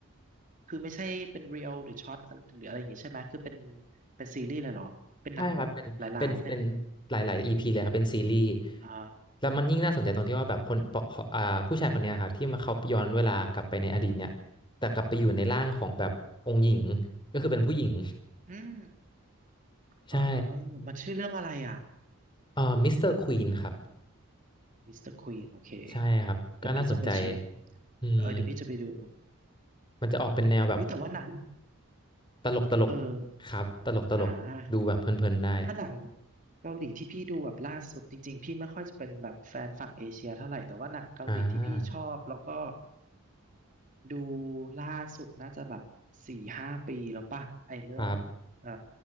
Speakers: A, on the right (about 35°); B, on the left (about 20°).
A: คือไม่ใช่เป็นเรียลหรือช็อตหรืออะไรอย่างงี้ใช่ไหม คือเป็น เป็นซีรีส์เลยเหรอ เป็นหนังแบบหลายๆเนี่ย
B: ใช่ครับเป็นเป็นเป็นหลายๆ EP เลยครับเป็นซีรีส์
A: อ่า
B: แล้วมันยิ่งน่าสนใจตรงที่ว่าแบบคนปอ่าผู้ชายคนเนี้ยครับที่มาเขาย้อนเวลากลับไปในอดีตเนี่ยแต่กลับไปอยู่ในร่างของแบบองค์หญิงก็คือเป็นผู้หญิง
A: อืม
B: <laughs> ใช่
A: อ๋อมันชื่อเรื่องอะไรอ่ะ
B: เอ่อมิสเตอร์ควีนครับ
A: มิสเตอร์ควีนโอเค
B: ใช่ครับก็น่าสนใจ
A: เดี๋ยวพี่จะไปเช็ค
B: อืม
A: เออเดี๋ยวพี่จะไปดู
B: มันจะออกเป็นแนวแบบ
A: เฮ้ยแต่ว่าหนัง
B: ตลกตลก
A: เออ
B: ครับตลกตลกดูแบบเพลินๆได้
A: อ่า ถ้าหนังเกาหลีที่พี่ดูแบบล่าสุดจริงๆพี่ไม่ค่อยจะเป็นแบบแฟนฝั่งเอเชียเท่าไหร่แต่ว่าหนังเกาหลีที่พี่ชอบแล้วก็
B: อ่า
A: ดูล่าสุดน่าจะแบบสี่ห้าปีแล้วป่ะไอเรื่องเอ่อ
B: ครับ